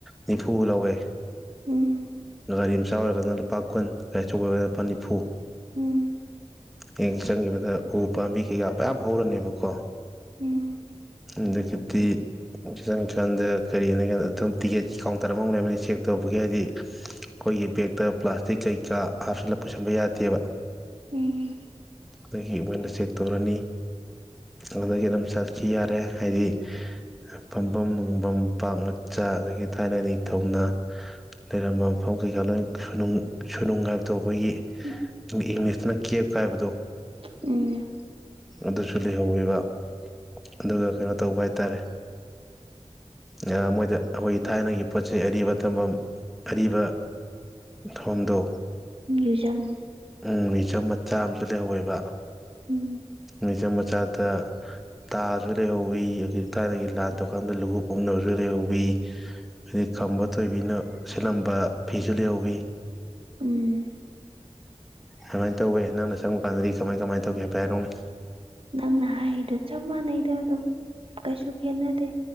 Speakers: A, in the centre; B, on the right.
A: ꯅꯤꯐꯨ ꯂꯧꯋꯦ
B: ꯎꯝ
A: ꯒꯥꯔꯤ ꯃꯆꯥ ꯑꯣꯏꯔꯒꯅ ꯂꯨꯄꯥ ꯀꯨꯟ ꯒꯥꯔꯤ ꯑꯆꯧꯕꯔꯒꯅ ꯂꯨꯄꯥ ꯅꯤꯐꯨ
B: ꯎꯝ
A: ꯍꯦꯛ ꯆꯪꯒꯤꯕꯗ ꯎ ꯄꯥꯝꯕꯤ ꯀꯩꯀꯥ ꯃꯌꯥꯝ ꯍꯧꯔꯅꯦꯕꯀꯣ
B: ꯎꯝ
A: ꯑꯗꯒꯤ ꯗꯤ ꯆꯪꯒꯤꯀꯥꯟꯗ ꯀꯔꯤ ꯍꯥꯏꯅ ꯀꯥꯟꯗ ꯑꯗꯨꯝ ꯇꯤꯛꯀꯦꯠ ꯀꯥꯎꯟꯇꯔ ꯃꯅꯨꯡꯗ ꯂꯩꯔꯝꯃꯅꯤ ꯆꯦꯛ ꯇꯧꯕꯒꯤ ꯍꯥꯏꯗꯤ ꯑꯩꯈꯣꯏꯒꯤ ꯕꯦꯛꯇ ꯄ꯭ꯂꯥꯁꯇꯤꯛ ꯀꯩꯀꯥ ꯍꯥꯞꯆꯜꯂ ꯄꯨꯁꯟꯕ ꯌꯥꯗꯦꯕ
B: ꯎꯝ
A: ꯑꯗꯒꯤ ꯃꯣꯏꯅ ꯆꯦꯛ ꯇꯧꯔꯅꯤ ꯑꯗꯨꯗꯒꯤ ꯑꯗꯨꯝ ꯆꯠꯈꯤ ꯌꯥꯔꯦ ꯍꯥꯏꯗꯤ ꯐꯝꯐꯝ ꯅꯨꯡꯐꯝ ꯄꯥꯛ ꯃꯆꯥ ꯑꯗꯒꯤ ꯊꯥꯏꯅ ꯅꯤꯡꯊꯧꯅ ꯂꯩꯔꯝꯕ ꯃꯐꯝ ꯀꯩꯀꯥ ꯂꯣꯏ ꯁꯨꯅꯨꯡ ꯁꯨꯅꯨꯡ ꯍꯥꯏꯕꯗꯣ ꯑꯩꯈꯣꯏꯒꯤ
B: ꯎꯝ
A: ꯏꯪꯂꯤꯁꯇꯅ ꯀꯦꯞ ꯀꯥ ꯍꯥꯏꯕꯗꯣ
B: ꯎꯝ
A: ꯑꯗꯨꯁꯨ ꯂꯩꯍꯧꯋꯦꯕ ꯑꯗꯨꯒ ꯀꯩꯅꯣ ꯇꯧꯕ ꯍꯥꯏꯇꯥꯔꯦ ꯍꯦꯔꯥ ꯃꯣꯏꯗ ꯑꯩꯈꯣꯏꯒꯤ ꯊꯥꯏꯅꯒꯤ ꯄꯣꯠ ꯆꯩ ꯑꯔꯤꯕ ꯊꯝꯐꯝ ꯑꯔꯤꯕ ꯊꯣꯝꯗ
B: ꯃ꯭ꯌꯨꯖꯝ
A: ꯎꯝ ꯃꯤꯌꯨꯖꯝ ꯃꯆꯥ ꯑꯃꯁꯨ ꯂꯩꯍꯧꯋꯦꯕ
B: ꯎꯝ
A: ꯃꯤꯌꯨꯖꯝ ꯃꯆꯥ ꯗ ꯇꯥꯁꯨ ꯂꯩꯍꯧꯋꯤ ꯑꯩꯈꯣꯏ ꯊꯥꯏꯅꯗꯒꯤ ꯂꯥꯟ ꯇꯧꯔꯀꯥꯟꯗ ꯂꯨꯍꯨꯞ ꯎꯞꯅꯕꯁꯨ ꯂꯩꯍꯧꯋꯤ ꯑꯩꯗꯩ ꯈꯝꯕ ꯊꯣꯏꯕꯤꯅ ꯁꯦꯠꯂꯝꯕ ꯐꯤꯁꯨ ꯂꯩꯍꯧꯋꯤ
B: ꯎꯝ
A: ꯀꯃꯥꯏꯅ ꯇꯧꯋꯦ ꯅꯪꯅ ꯆꯪꯉꯨꯀꯥꯟꯗꯗꯤ ꯀꯃꯥꯏ ꯀꯃꯥꯏꯅ ꯇꯧꯒꯦ ꯍꯥꯏꯐꯦꯠ ꯍꯥꯏꯔꯛꯎꯅꯦ
B: ꯅꯪ ꯍꯥꯏꯔꯤꯗꯣ ꯆꯞ ꯃꯥꯟꯅꯩꯗ ꯑꯗꯨꯝ ꯀꯩꯁꯨ ꯈꯦꯠꯅꯗꯦ